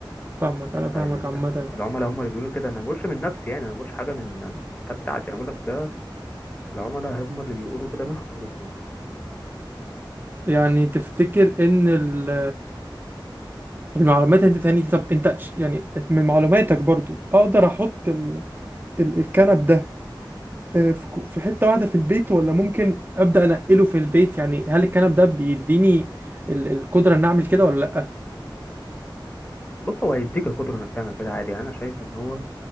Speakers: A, on the right; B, on the left.
A: فاهمك انا فاهمك
B: يعني انت
A: عامه
B: العملاء هم اللي بيقولوا كده انا ما بقولش من نفسي يعني انا ما بقولش حاجة من الكتاب بتاعتي انا بقول لك ده العملاء هم اللي بيقولوا كده من خبرتهم
A: يعني تفتكر ان ال المعلومات انت تاني دي طب انت ش- يعني من معلوماتك برضو اقدر احط ال... ال... الكنب ده آه، في كو- في حتة واحدة في البيت ولا ممكن ابدا انقله في البيت يعني هل الكنب ده بيديني ال... القدرة ان اعمل كده ولا لا
B: بص هو هيديك القدرة انك تعمل كده عادي يعني انا شايف ان هو